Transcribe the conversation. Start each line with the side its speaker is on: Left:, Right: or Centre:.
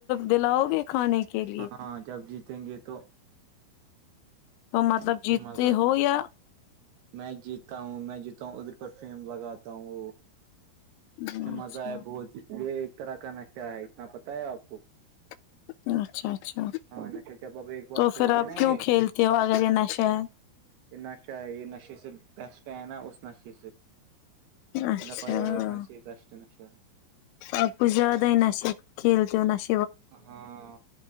Left: دلاؤ گے کھانے کے لیے
Right: ہاں جب جیتیں گے تو
Left: تو مطلب
Right: پھر
Left: جیتتے
Right: مزہ
Left: ہو یا
Right: میں جیتا ہوں میں جیتا ہوں ادھر پر فیم لگاتا ہوں
Left: اچھا
Right: مزہ ہے بہت ایک طرح کا نشہ ہے اتنا پتہ ہے آپ کو
Left: <inaudible> اچھا اچھا
Right: ہاں نشے جب اب ایک بار
Left: تو
Right: کھیلو
Left: پھر
Right: گے
Left: آپ
Right: نا یہ
Left: کیوں کھیلتے ہو اگر یہ نشہ ہے
Right: یہ نشہ ہے یہ نشے سے بیسٹ ہے نا اس نشے سے
Left: اچھا
Right: دپائی و خان سے بیسٹ نشا ہے <unintelligible>
Left: آب کوچھ زیاد ہی نش کھیلتیو نہش
Right: ہاں